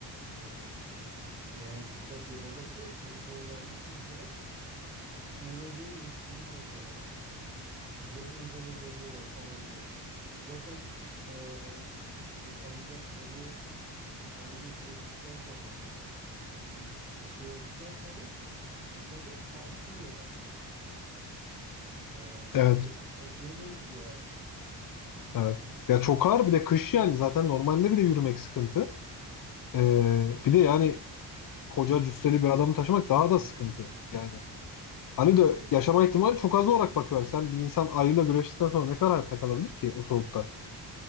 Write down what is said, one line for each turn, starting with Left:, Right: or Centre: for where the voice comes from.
Right: Ee, Leonardo DiCaprio babası, Kızılderili annesi mesela uğradığı ırkçılık mesela üzerine üzerine geliyorlar falan böyle. Zaten eee, bu ayıda ayı ayıyla güreştikten sonra bir şey olduktan sonra zaten kalsın diyorlar. Eee,
Left: Evet,
Right: ay- taşıyamayız diyorlar.
Left: evet.
Right: Yani
Left: Ya çok ağır bir de kış yani zaten normalde bile yürümek sıkıntı. E, bir de yani koca cüsseli bir adamı taşımak daha
Right: aynen
Left: da sıkıntı.
Right: öyle.
Left: Yani Hani
Right: Bir
Left: de
Right: de
Left: yaşama ihtimali çok az olarak bakıyor. Sen bir insan ayıyla güreştikten sonra ne kadar hayatta kalabilir ki o soğukta?